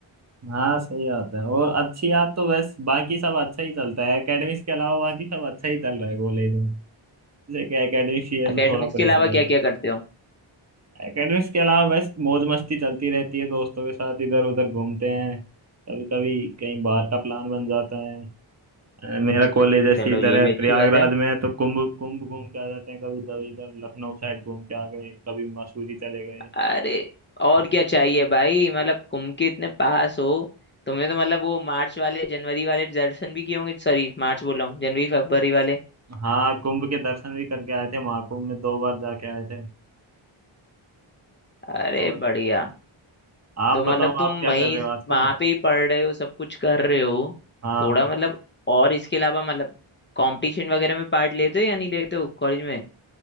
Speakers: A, on the right; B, on the left.
A: हाँ सही बात है और अच्छी याद तो बस बाकी सब अच्छा ही चलता है एकेडमिक्स के अलावा बाकी सब अच्छा ही चल रहा है कॉलेज में जैसे कि एकेडमिक्स ही है
B: एकेडमिक्स
A: जो थोड़ा
B: के
A: प्रेशर
B: अलावा
A: है
B: क्या क्या करते हो
A: एकेडमिक्स के अलावा बस मौज मस्ती चलती रहती है दोस्तों के साथ इधर उधर घूमते हैं कभी कभी कहीं बाहर का प्लान बन जाता है अ, मेरा कॉलेज ऐसे
B: चलो
A: इधर
B: ये
A: है
B: भी अच्छी
A: प्रयागराज
B: बात है
A: में है, तो कुंभ कुंभ घूम के आ जाते हैं कभी कभी इधर लखनऊ साइड घूम के आ गए कभी मसूरी चले गए
B: अरे और
A: हाँ
B: क्या चाहिए भाई मतलब कुम के इतने पास हो तुमने तो मतलब वो मार्च वाले जनवरी वाले दर्शन भी किए होंगे सॉरी मार्च बोल रहा हूँ जनवरी फरवरी वाले
A: हाँ, कुंभ के दर्शन भी करके आए थे महाकुंभ में दो बार जाके आए थे
B: अरे
A: और
B: बढ़िया
A: आप
B: तो मतलब
A: बताओ
B: तुम
A: आप क्या
B: वहीं
A: कर रहे हो आजकल
B: वहां पे ही पढ़ रहे हो सब कुछ कर रहे हो
A: हाँ
B: थोड़ा मतलब और इसके अलावा मतलब कंपटीशन वगैरह में पार्ट लेते हो या नहीं लेते हो कॉलेज में